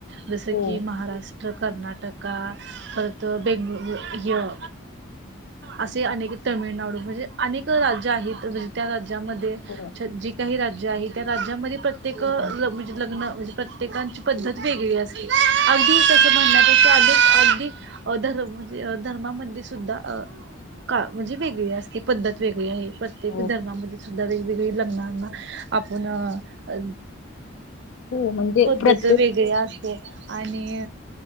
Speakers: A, on the right; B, on the left.
A: जस
B: हो
A: की महाराष्ट्र. कर्नाटका परत बेंग हे अ असे अनेक तमिळनाडू, म्हणजे अनेक राज्य आहेत म्हणजे त्या राज्या राज्यामध्ये
B: हो
A: जी काही राज्य आहे त्या राज्यामध्ये प्रत्येक
B: हो
A: म्हणजे लग्न म्हणजे प्रत्येकांची पद्धत वेगळी असते अगदी तस म्हणण्यापेक्षा अ अगदी <unintelligible> म्हणजे धर्मामध्ये सुद्धा अ का म्हणजे वेगळी असते, पद्धत वेगळी आहे प्रत्येक
B: हो
A: धर्मामध्ये सुद्धा वेगवेगळी लग्नांना. आपण अ
B: हो म्हणजे
A: पद्धत
B: प्रत्येक
A: वेगळे असते. आणि